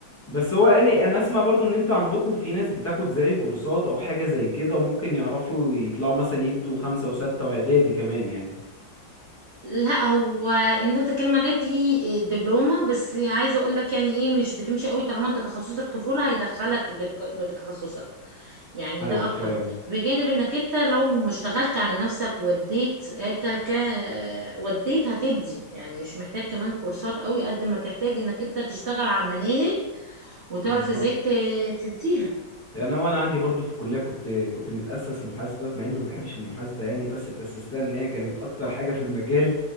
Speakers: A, on the left; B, on the right.
A: بس هو قوي انا اسمع برضو ان انتوا عندكم في ناس بتاخد زي كورسات او حاجة زي كده وممكن يعرفوا يطلعوا مثلا يدوا خمسة وستة واعدادي كمان يعني
B: لا هو اللي انت بتتكلم عليه دي دبلومة بس عايزة اقول لك يعني ايه مش بتمشي قوي طالما انت تخصصك طفولة هيدخلك بك- بتخصصك يعني
A: ايوه
B: ده اكتر
A: فاهم
B: بجانب انك انت لو ما اشتغلت على نفسك وديت انت ك وديت هتدي يعني مش محتاج كمان كورسات قوي قد ما تحتاج انك انت تشتغل على المناهج وتعرف
A: بالظبط
B: ازاي ت- تديها
A: يعني هو انا وانا عندي برضو في الكلية كنت كنت متأسس محاسبة مع اني ما بحبش المحاسبة يعني بس اتأسستها ان هي كانت اكتر حاجة في المجال